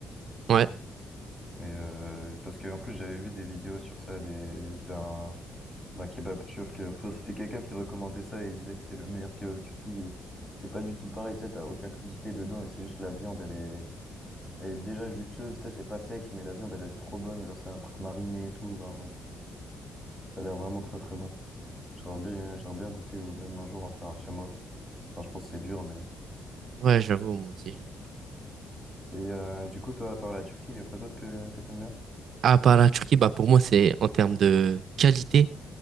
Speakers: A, on the right; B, on the left.
A: Ouais,
B: Et euh, parce que en plus j'avais vu des vidéos sur ça des d'un d'un kebab turc. euh, Enfin, c'était quelqu'un qui recommandait ça et il disait que c'était le meilleur kebab turc. et C'est pas du tout pareil, tu sais, t'as aucune crudité dedans et c'est juste la viande, elle est Elle est déjà juteuse, tu sais, c'est pas sec, mais la viande, elle est trop bonne. Genre, c'est un truc mariné et tout. Genre, ouais. Ça a l'air vraiment très très bon. J'aurais bien, j'aurais bien goûté ou même un jour en faire un chez moi. Enfin, je pense que c'est dur, mais.
A: ouais, j'avoue, moi aussi j'aime.
B: Et euh, du coup, toi, à part la Turquie, il y a quoi d'autre que, que t'aimes bien?
A: Ah, bah, la Turquie,
B: Oui.
A: bah, pour moi, c'est en termes de qualité.